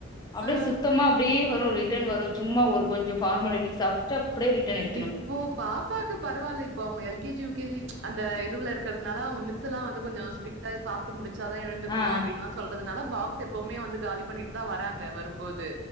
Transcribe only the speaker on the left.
அப்டியே
சுத்தமா அப்டியே வரு ரிட்டன் வரு சும்மா ஒரு கொஞ்ச ஃபார்மாலிட்டிக்ஸ் சாப்ட்டு அப்டியே ரிட்டன் எ
ஆ